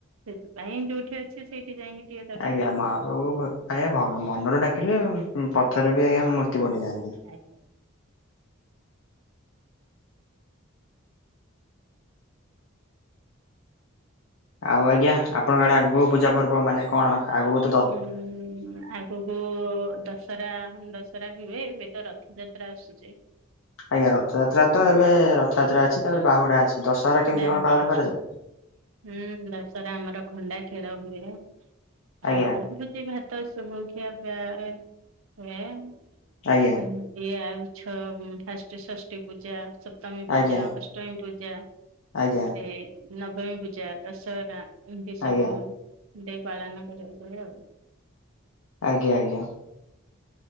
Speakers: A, on the right; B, on the left.
A: ସେଥିପାଇଁ ଯୋଉଠି ଅଛି ସେଇଠି ଯାଇଁକି ଟିକେ ଦର୍ଶନ
B: ଆଜ୍ଞା ମହାପ୍ରଭୁ
A: କରିଦବା।
B: ଆଜ୍ଞା ଭ ମନରୁ ଡାକିଲେ ଉଁ ପଥର ବି ଆଜ୍ଞା ମୂର୍ତ୍ତି ବନିଯାଆନ୍ତି।
A: ଇହାନି
B: ଆଉ ଆଜ୍ଞା ଆପଣଙ୍କ ଆଡ଼େ ଆଗୁକୁ ପୂଜା ପର୍ବ ମାନେ କଣ ଆଗୁକୁ
A: ହୁଁ ଆଗୁକୁ ଦଶ୍ ଶରା ମାନେ ଦଶରା ବି ହୁଏ ଏବେ ତ ରଥଯାତ୍ରା ଆସୁଚି।
B: ଆଜ୍ଞା ରଥଯାତ୍ରା ତ ଏବେ ରଥଯାତ୍ରା ଅଛି ତାପରେ ବାହୁଡ଼ା ଅଛି। ଦଶହରା କେମିତି
A: ବାହୁଡା
B: କଣ ପାଳନ
A: ଅଛି।
B: କରାଯାଏ?
A: ହୁଁ ଦଶରା ଆମର ଖଣ୍ଡା ଖେଳ ହୁଏ। ଆଉ
B: ଆଜ୍ଞା
A: ଭୋଜି ଭାତ ସବୁ ଖିଆ ପିଆ ଏ ହୁଏ। ଉଁ
B: ଆଜ୍ଞା
A: ହୁଁ ଇଏ ଆଉ ଛଅ ଫାଷ୍ଟେ ଷଷ୍ଠୀ ପୂଜା ସପ୍ତମୀ ପୂଜା
B: ଆଜ୍ଞା
A: ଅଷ୍ ଟଇଁ ପୂଜା
B: ଆଜ୍ଞା
A: ତାପରେ ନବମୀ ପୂଜା ଦଶହରା ଏମତି ସବୁ
B: ଆଜ୍ଞା
A: ଦେ ପାଳନ କରାଯାଏ ଆଉ।
B: ଆଜ୍ଞା ଆଜ୍ଞା।